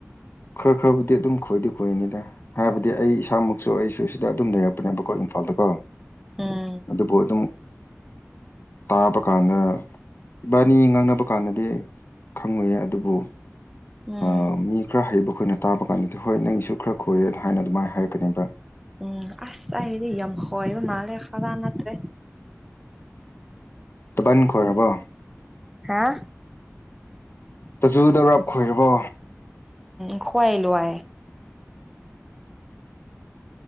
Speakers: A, on the left; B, in the centre.
A: ꯈꯔ ꯈꯔꯕꯨꯗꯤ ꯑꯗꯨꯝ ꯈꯣꯏꯗꯤ ꯍꯣꯏꯅꯤꯗ ꯍꯥꯏꯕꯗꯤ ꯑꯩ ꯏꯁꯥꯃꯛꯁꯨ ꯑꯩꯁꯨ ꯁꯤꯗ ꯑꯗꯨꯝ ꯂꯩꯔꯛꯄꯅꯦꯕꯀꯣ ꯏꯝꯐꯥꯜꯗꯀꯣ
B: ꯎꯝ
A: ꯑꯗꯨꯕꯨ ꯑꯗꯨꯝ ꯇꯥꯕ ꯀꯥꯟꯗ ꯏꯕꯥꯅꯤ ꯉꯥꯡꯅꯕ ꯀꯥꯟꯗꯗꯤ ꯈꯪꯉꯣꯏꯌꯦ ꯑꯗꯨꯕꯨ
B: ꯎꯝ
A: ꯑ ꯃꯤ ꯈꯔ ꯍꯩꯕ ꯈꯣꯏꯅ ꯇꯥꯕ ꯀꯥꯟꯗꯗꯤ ꯍꯣꯏ ꯅꯪꯒꯤꯁꯨ ꯈꯔ ꯈꯣꯏꯌꯦ ꯍꯥꯏꯅ ꯑꯗꯨꯃꯥꯏꯅ ꯍꯥꯏꯔꯛꯀꯅꯤꯕ
B: ꯎꯝ ꯑꯁ ꯑꯩꯒꯤꯗꯤ ꯌꯥꯝ ꯈꯣꯏꯕ ꯃꯥꯜꯂꯦ ꯈꯥꯔ ꯅꯠꯇ꯭ꯔꯦ
A: ꯇꯥꯗꯟ ꯈꯣꯏꯔꯕꯣ
B: ꯍꯥ
A: <unintelligible> ꯈꯣꯏꯔꯕꯣ
B: ꯈꯣꯏ ꯂꯣꯏ